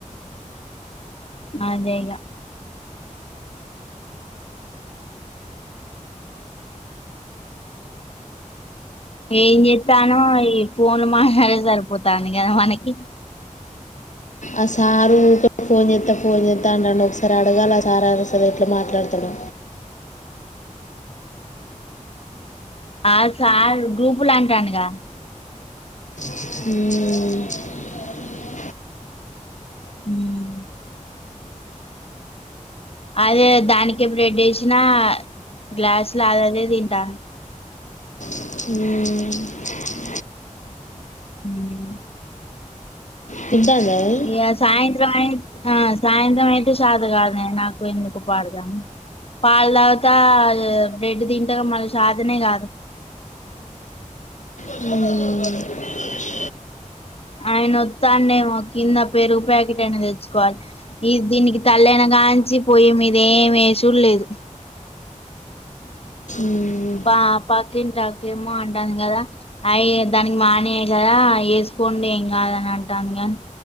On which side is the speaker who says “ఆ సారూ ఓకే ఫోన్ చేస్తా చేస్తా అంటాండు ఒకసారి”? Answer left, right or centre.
Left